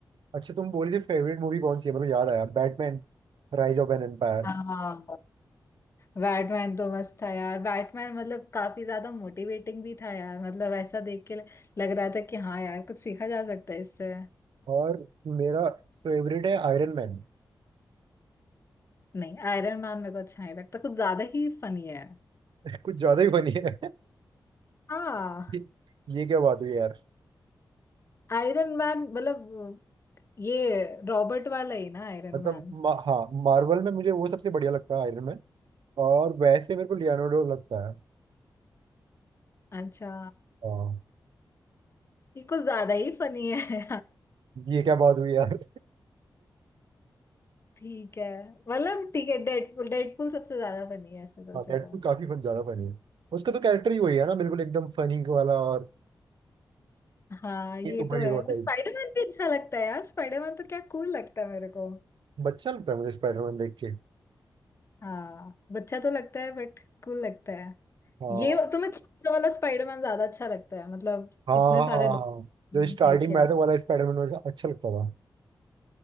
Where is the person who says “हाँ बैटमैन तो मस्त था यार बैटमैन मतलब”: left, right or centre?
Left